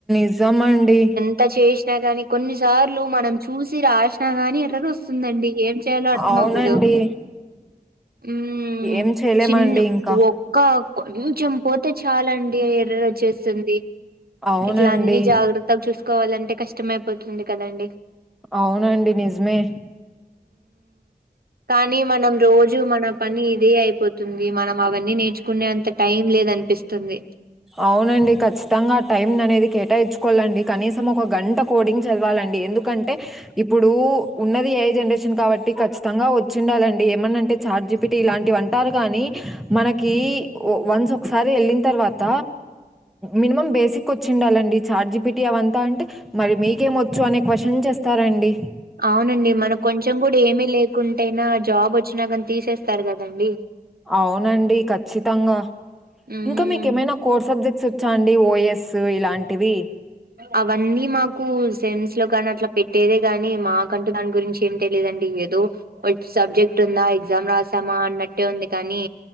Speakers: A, in the centre; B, on the right.
A: నిజమండి.
B: ఇంత చేసినా గాని కొన్నిసార్లు మనం చూసి రాసినా గాని ఎర్రర్ వస్తుంది. వస్తుందండి ఏం చేయాలో అర్థం
A: అవునండి.
B: అవ్వదు. ఉమ్
A: ఏం చేయలేమండి
B: చిన్న
A: ఇంకా.
B: ఒక్క కొంచెం పోతే చాల అండిఎర్ర, వచ్చేస్తుంది
A: అవునండి.
B: ఇట్లా అన్ని జాగ్రత్తగా చూసుకోవాలంటే కష్టమయిపోతుంది కదండి.
A: అవునండి నిజమే,
B: కానీ మనం రోజు మన పని ఇదే అయిపోతుంది మనం, అవన్నీ నేర్చుకునే అంత టైం లేద అనిపిస్తుంది.
A: అవునండి ఖచ్చితంగా టైమ్ అనేది కేటాయించుకోవాలండి కనీసం ఒక గంట, కోడింగ్స్ చదవాలండి ఎందుకంటే ఇప్పుడు, ఇప్పుడు ఉన్నది ఏ ఐ జనరేషన్ కాబట్టి కచ్చితంగా వచ్చిండాలండి ఏమన్నా అంటే ఛార్జ. ఇటి ఇలాంటివి అంటారు గాని మనకి వన్స్ ఒకసారి వెళ్ళిన తర్వాత, మినిమం బేసిక్ వచ్చిండాలండి చార్జిపిటి అవంతా అంటే, మరి మీకే వచ్చు అనే కొచ్చిన్స్ చేస్తారంండి.
B: అవునండి మనకు కొంచెం కూడా ఏమిీ లేకుంట అనా జాబ్ వచ్చినా కాని తీసేస్తారు కదండి.
A: అవునండి ఖచ్చితంగా,
B: ఉమ్
A: ఇంకా మీక ఏమైనా కోర్స్ సబ్జెక్ట్స్ వచ్చా అండి ఓఎఎస్ ఇలాంటివి.
B: అవన్నీ మాకు సెమ్స్లో లో కానీ అట్లా పెట్టేదే కాగాని మాకంటూ దాని గురించి ఏం తెలియదండి ఏదో, వట్ సబ్జెక్ట్ ఉందా ఎగ్జామ్ రాసామా అన్నట్టే ఉంది కానీ,